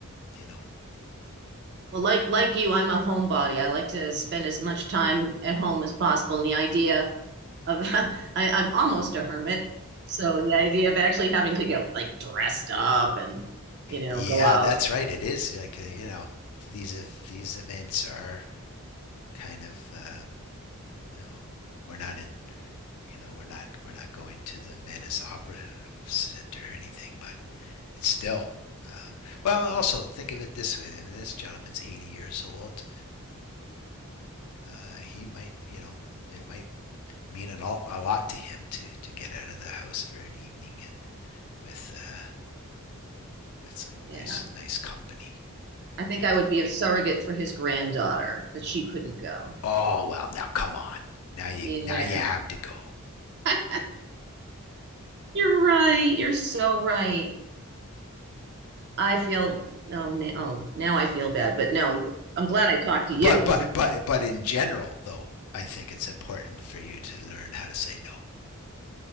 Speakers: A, on the left; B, on the right.
A: you know,
B: well, like like you, I'm a homebody. I like to spend as much time at home as possible. And the idea of <laughs> I, I'm almost a hermit. So the idea of actually having to get like dressed up and, you know,
A: Yeah,
B: go out.
A: that's right. It is like uh, you know these these events are kind of uh, you know we're not in you know we're not we're not going to the Venice Opera Center or anything, but it's still. Uh, well, also think of it this way: I mean, this gentleman's 80 years old. Uh, he might, you know, it might mean an all, a lot to him to, to get out of the house for an evening and with uh, with some
B: Yeah.
A: nice nice company,
B: I think
A: even
B: I would be a surrogate for his granddaughter because she couldn't go.
A: Oh well, now come on. Now you
B: Yeah.
A: now you have to go.
B: <laughs> You're right. You're so right. I feel oh now, oh now I feel bad, but no, I'm glad I talked to you
A: But
B: because
A: but but but in general, though, I think it's important for you to learn how to say no,